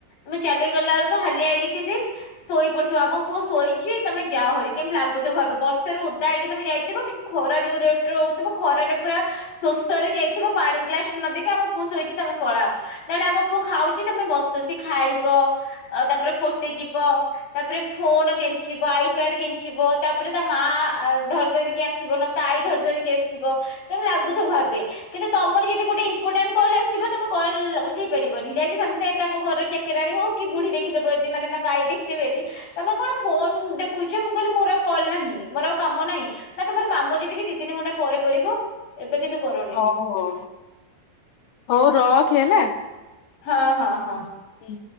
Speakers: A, on the left; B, on the left.
A: ମୁ ଚାଲିକି ଗଲାଏଳକୁ ହାଲିଆ ହେଇକି ଥିବି। ଶୋଇ ପଡଥିବ ଆମ ପୁଅ ଶୋଇଛି ତମେ ଯାଅ ହରି କେମିତି ଲାଗୁଥିବ ଭାବ୍ ବର୍ଷାରେ ଓଦା ହେଇକି ତମେ ଯାଇଥିବ କି ଖରା ଯୋଉ ରେଟରେ ହଉଥିବ ଖରାରେ ପୁରା ଶୋଷରେ ଯାଇଥିବ ପାଣି ଗ୍ଲାସେ ନଦେଇକି ଆମ ପୁଅ ଶୋଇଛି ତମେ ପଳାଅ। ନହେଲେ ଆମ ପୁଅ ଖାଉଛି ତମେ ବସ ସେ ଖାଇବ ଆଉ ତାପରେ ପୋଟିଯିବ ତାପରେ ଫୋନ କେଞ୍ଚିବ ଆଇପ୍ୟାଡ କେଞ୍ଚିବ ତାପରେ ତା ମା ଧରି ଧରିକି ଆସିବ ତା ଆଇ ଧରି ଧରିକି ଆସିବ କେମିତି ଲାଗୁଥିବ ଭାବେ କିନ୍ତୁ ତମର ଯଦି ଗୋଟେ ଇମ୍ପୋଟାଣ୍ଟ କଲ ଆସିବ ତମେ କଲ ଉଠେଇ ପାରିବନି ଯାଇକି ସାଙ୍ଗେ ସାଙ୍ଗେ ତାଙ୍କ ଘର ଚାକରାଣି ହଉ କି ବୁଢୀ ଦେଖିଦବ ଜଦି ମାନେ ତାଙ୍କ ଆଈ ଦେଖିଥବେ ଜଦି ତମେ କଣ ଫୋନ ଦେଖୁଛ ମୁଁ କହିଲି ମୋର ଆଉ କଲ ନାହିଁ ମୋର ଆଉ କାମ ନାହିଁ ନା ତମର କାମ ଯେତିକି ଦି ତିନି ଘଣ୍ଟା ପରେ କରିବ। ଏବେ କିନ୍ତୁ କରନି।
B: ହଉ ହଉ ହଉ ରଖେ ହେଲା।
A: ହଁ ହଁ ହଁ।
B: ହୁଁ।